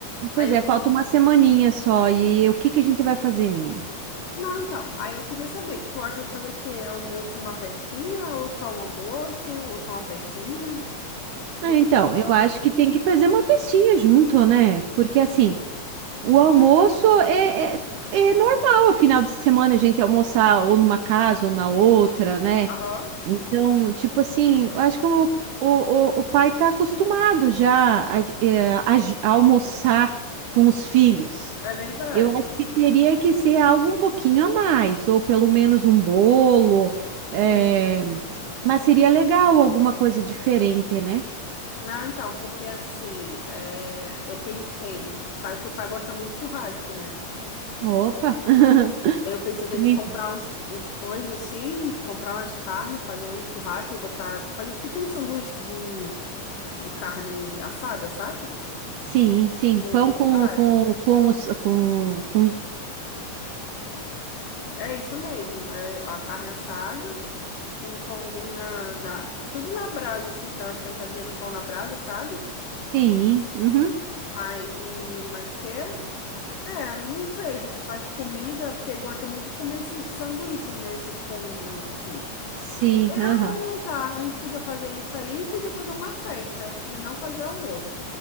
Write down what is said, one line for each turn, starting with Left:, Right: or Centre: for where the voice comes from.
Left: aí
Right: pois
Left: eu
Right: é,
Left: que
Right: falta uma semaninha só. E o que que a gente vai fazer, menina?
Left: Não, então, aí eu queria saber que tu acha de fazer o quê? Almoço e uma festinha ou só um almoço ou só uma festinha? O que
Right: Ah, então,
Left: que tu
Right: eu
Left: acha?
Right: acho que tem que fazer uma festinha junto, né? Porque assim, o almoço é, é, é normal, o final de semana a gente almoçar ou numa casa ou na outra, né?
Left: Aham,
Right: Então, tipo assim, eu acho que o, o, o, o pai está acostumado já a, é, a j- a almoçar com os filhos.
Left: é verdade.
Right: Eu acho que teria que ser algo um pouquinho a mais, ou pelo menos um bolo,
Left: Sim,
Right: é,
Left: sim.
Right: mas seria legal alguma coisa diferente, né?
Left: Não, então, porque assim, é, eu pensei, sabe que o pai gosta muito de churrasco, né?
Right: Opa! <laughs>
Left: Aí eu pensei da
Right: Sim,
Left: gente comprar uns, uns pães assim, comprar umas carnes, fazer um churrasco, eu botar, tipo, fazer tipo um sanduíche de, de carne assada, sabe?
Right: sim, sim.
Left: Do,
Right: Pão
Left: do churrasco.
Right: com, com, com, os- com, com...
Left: É isso mesmo, é a carne assada, com um pãozinho na, na- Tudo na brasa, assim, dar uma esquentadinha no pão na brasa, sabe?
Right: Sim, uhum.
Left: Aí, mais o quê? É, não sei se a gente faz comida, porque ele gosta muito de comer esses sanduíches, né? Esses pãozinhos assim.
Right: Sim,
Left: É, Ah,
Right: aham.
Left: tá. A gente podia fazer isso aí e podia fazer uma festa e não fazer almoço.